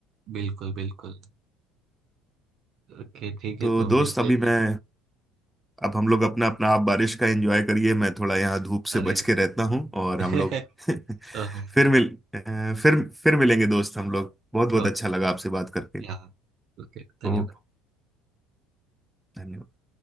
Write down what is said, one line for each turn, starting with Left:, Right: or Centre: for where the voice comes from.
Right: बिल्कुल बिल्कुल ओके ठीक है
Centre: तो
Right: तो
Centre: दोस्त
Right: मिलते
Centre: अभी
Right: हैं
Centre: मैं
Right: फिर
Centre: अब हम लोग अपना अपना आप बारिश का एंजॉय करिए मैं थोड़ा यहाँ धूप
Right: अरे
Centre: से बच के रहता हूँ और
Right: <laughs>
Centre: हम लोग <laughs>
Right: हाँ
Centre: फिर मिल अ, फिर फिर मिलेंगे दोस्त हम लोग बहुत बहुत
Right: ओके
Centre: अच्छा लगा आपसे बात करके
Right: या ओके धन्यवाद
Centre: तो धन्यवाद